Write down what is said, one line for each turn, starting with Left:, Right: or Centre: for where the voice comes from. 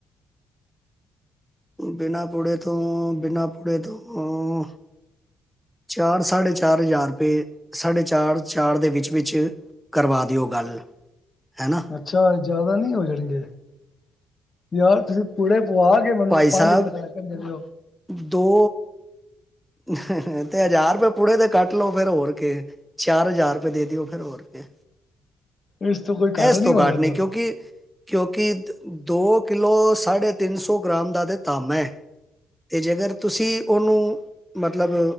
Centre: ਬਿਨਾਂ ਪੁੜੇ ਤੋਂ-ਬਿਨਾਂ ਪੁੜੇ ਤੋਂ ਆਂ ਚਾਰ ਸਾਢੇ ਚਾਰ ਹਜ਼ਾਰ ਰੁਪਏ ਸਾਢੇ ਚਾਰ ਚਾਰ ਦੇ ਵਿੱਚ-ਵਿੱਚ ਕਰਵਾ ਦਿਓ ਗੱਲ ਹੈਨਾ।
Left: ਅੱਛਾ ਜਿਆਦਾ ਨਹੀਂ ਹੋ ਜਾਣਗੇ ਯਾਰ ਤੁਸੀ ਪੂੜੇ ਪੁਆ ਕੇ ਮੈਨੂੰ
Centre: ਭਾਈ
Left: ਪੰਜ
Centre: ਸਾਹਿਬ
Left: ਤਕਣ ਕਰ ਕੇ ਦਿਓ।
Centre: ਦੋ <inaudible> ਤੇ ਹਜ਼ਾਰ ਰੁਪਏ ਪੁੂੜੇ ਤੇ ਕੱਟ ਲੋ ਫੇਰ ਹੋਰ ਕੀ ਏ। ਚਾਰ ਹਜ਼ਾਰ ਰੁਪਏ ਦੇ ਦਿਓ ਫਿਰ ਹੋਰ ਕੇ
Left: ਇਸ ਤੋਂ ਕੋਈ
Centre: ਇਸ ਤੋਂ
Left: ਹੋਣ
Centre: ਘੱਟ
Left: ਲੱਗਾ
Centre: ਨਹੀਂ ਕਿਉਂਕਿ ਕਿਉਂਕਿ ਦੋ ਕਿਲੋ ਸਾਢੇ ਤਿੰਨ ਸੌ ਗ੍ਰਾਮ ਦਾ ਤੇ ਤਾਂਬਾ ਹੈ। ਤੇ ਜੇਕਰ ਤੁਸੀਂ ਉਹਨੂੰ ਮਤਲਬ